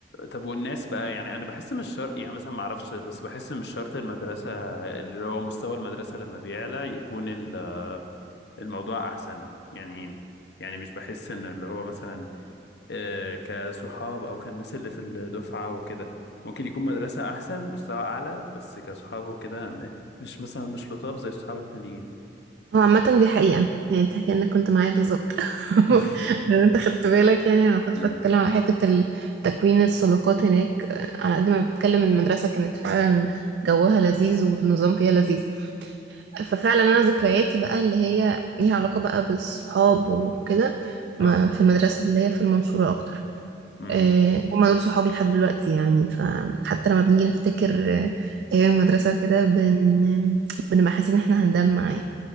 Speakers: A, on the left; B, on the right.
A: طب والناس بقى يعني أنا بحس مش شرط يعني مثلا ما أعرفش بس بحس مش شرط المدرسة اللي هو مستوى المدرسة لما بيعلى يكون ال- الموضوع أحسن يعني يعني مش بحس إن اللي هو مثلا آه، كصحاب او كالناس اللي في الدفعه وكده ممكن يكون مدرسه احسن مستوى اعلى بس كصحاب وكده م- مش مثلا مش لطاف زي الصحاب التانيين
B: هو عامة دي حقيقة يعني انت كأنك كنت معايا بالظبط <laughs>
A: <laughs>
B: لو انت خدت بالك يعني انا كنت
A: مم.
B: بتكلم على حتة ال- تكوين الصداقات هناك آه، على قد ما بتكلم ان المدرسة كانت فعلا جوها لذيذ والنظام فيها لذيذ ففعلا انا ذكرياتي بقى اللي هي ليها علاقة بقى بالصحاب وكده
A: اه
B: ما في المدرسة اللي هي في المنصورة اكتر
A: مم.
B: آه، هما دول صحابي لحد دلوقتي يعني فحتى لما بنيجي نفتكر آه، ايام المدرسة وكده بن بنبقى حاسين ان احنا هنجمع